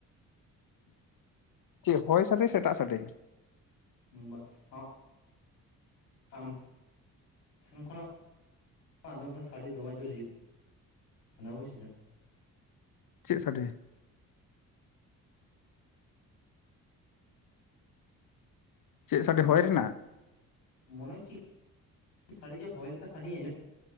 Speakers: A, on the left (about 45°); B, on the left (about 85°).
A: ᱪᱮᱜ ᱦᱚᱭ ᱥᱟᱰᱮ ᱥᱮ ᱮᱴᱟᱜ ᱥᱟᱰᱮ?
B: ᱩᱸᱻᱵᱟ ᱦᱚᱸᱜ ᱟᱢ ᱥᱮᱱ ᱠᱷᱚᱱ ᱱᱷᱟᱜ ᱟ ᱫᱚᱢ ᱥᱮ ᱥᱟᱰᱮ ᱫᱚᱢᱮ ᱡᱩᱨ ᱦᱤᱡᱩᱜ ᱠᱟᱱᱟ, ᱵᱩᱡᱽ ᱮᱫᱟᱢ᱾
A: ᱪᱮᱜ ᱥᱟᱰᱮ? ᱪᱮᱜ ᱥᱟᱰᱮ ᱦᱚᱭ ᱨᱮᱱᱟᱜ,
B: ᱢᱚᱱᱮ ᱪᱮᱫ ᱥᱟᱹᱰᱤ ᱡᱮ ᱦᱚᱭ ᱞᱮᱠᱟ ᱥᱟᱰᱤ ᱟᱸᱡᱽᱚᱢ